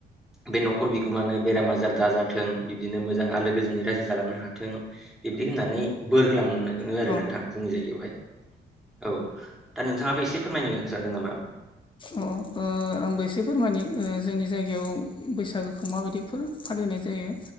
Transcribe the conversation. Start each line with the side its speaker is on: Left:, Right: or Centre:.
Centre: बे न'खर बिगोमानो बेराम आजार दाजाथों बिबदिनो मोजां आलो गोजोननि रायजो जालांनो हाथों। बिब्दि होननानै बोर होलांओ
Left: औ
Centre: आरो नोंथां जोंनि जायगायावहाय औ दा नोंथाङाबो एसे फोरमायनो सानदों नामा?
Left: अ ओह आंबो एसे फोरमायनि ओह जोंनि जायगायाव बैसागोखौ माबायदि फो फालिनाय जायो